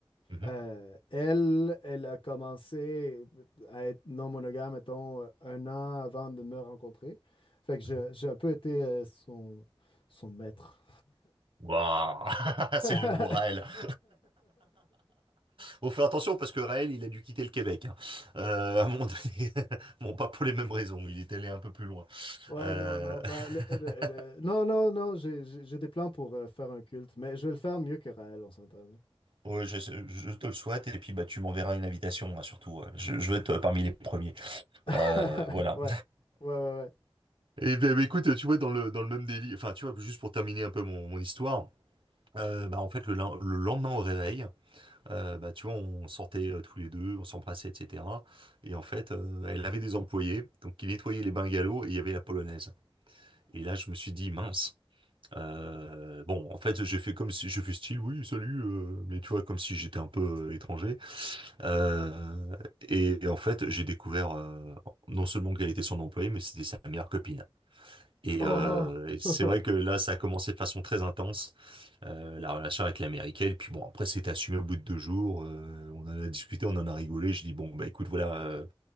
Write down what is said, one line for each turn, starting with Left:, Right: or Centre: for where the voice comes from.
Right: mhm,
Left: Euh, elle, elle a commencé à être non monogame, mettons, euh, un an avant de me rencontrer. Fait que
Right: mhm.
Left: je- j'ai un peu été euh, son, son maître.
Right: Waouh! <laughs> C'est
Left: <laughs>
Right: le mot Raël. <laughs> Faut faire attention parce que Raël, il a dû quitter le Québec. hein. Euh, à un moment donné. <laughs> Bon, pas pour les mêmes raisons. Il est allé un peu plus loin.
Left: Ouais,
Right: Euh...
Left: non, non. ben,
Right: <laughs>
Left: le- le- le- non, non, non, j'ai j'ai- j'ai des plans pour euh, faire un culte, mais je vais le faire mieux que Raël, on s'entend. là.
Right: ouais, je, je te le souhaite. Et puis, bah, tu m'enverras une invitation, hein, surtout. ouais. Je, je vais être euh, parmi les premiers.
Left: <laughs>
Right: Euh, voilà.
Left: Ouais, ouais, ouais, ouais.
Right: Et ben, ben, écoute, tu vois, dans le, dans le même délit, enfin, tu vois, juste pour terminer un peu mon, mon histoire, euh, bah, en fait, le, lin- le lendemain au réveil, euh, bah, tu vois, on sortait euh, tous les deux, on s'embrassait, etc. Et en fait, euh, elle avait des employés, donc qui nettoyaient les bungalows et il y avait la polonaise. Et là, je me suis dit, mince. Euh, bon, en fait, j'ai fait comme si je fais style, oui, salut, euh, mais tu vois, comme si j'étais un peu euh, étranger. Euh, et, et en fait, j'ai découvert euh, non seulement qu'elle était son employée, mais c'était sa meilleure copine. Et,
Left: Oh!
Right: euh, et c'est
Left: <laughs>
Right: vrai que là, ça a commencé de façon très intense, euh, la relation avec l'américaine. Puis bon, après, c'était assumé au bout de deux jours. euh, on en a discuté, on en a rigolé. Je dis, bon, bah écoute, voilà, euh,